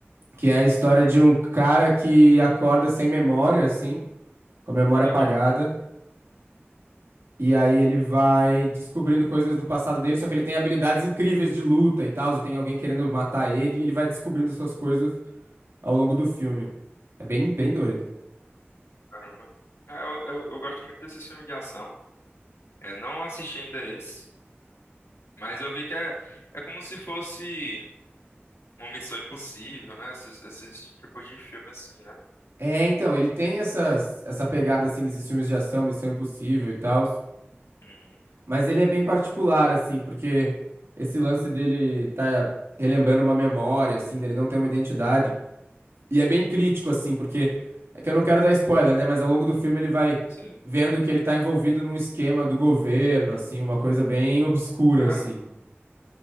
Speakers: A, on the right (about 70°); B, on the left (about 90°).
A: que é a história de um cara que acorda sem memória, assim, com a memória
B: Entendi.
A: apagada, E aí ele vai descobrindo coisas do passado dele, só que ele tem habilidades incríveis de luta e tal, e tem alguém querendo matar ele, e ele vai descobrindo essas coisas ao longo do filme. É bem, bem doido.
B: Caramba. É, eu, eu, eu gosto muito desses filmes de ação. É, não assisti ainda esse, mas eu vi que é, é como se fosse uma Missão Impossível, né? Esses, esses tipos de filme assim, né?
A: É, então, ele tem essas, essa pegada, assim, desses filmes de ação, Missão Impossível e tal,
B: Uhum,
A: mas ele é bem particular, assim, porque esse lance dele tá relembrando uma memória, assim, dele não ter uma identidade, E é bem crítico, assim, porque é que eu não quero dar spoiler, né? Mas ao longo do filme ele vai
B: sim.
A: vendo que ele tá envolvido num esquema do governo, assim, uma coisa bem obscura,
B: Caramba.
A: assim.